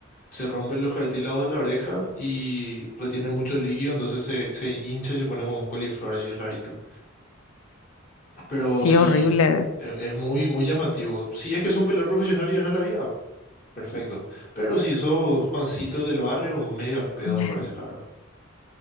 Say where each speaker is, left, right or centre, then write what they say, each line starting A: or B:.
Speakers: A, on the left (about 40°); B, on the left (about 85°).
A: se rompen los cartílagos de la oreja y retiene mucho líquido, entonces se, se hincha y se pone como un coliflor así rarito. Pero
B: sí,
A: sí,
B: horrible.
A: e- es muy, muy llamativo. Si es que es un peleador profesional y ganas la vida, perfecto. Pero si sos Juancito del barrio, medio al pedo,
B: <laughs>
A: me parece la verdad.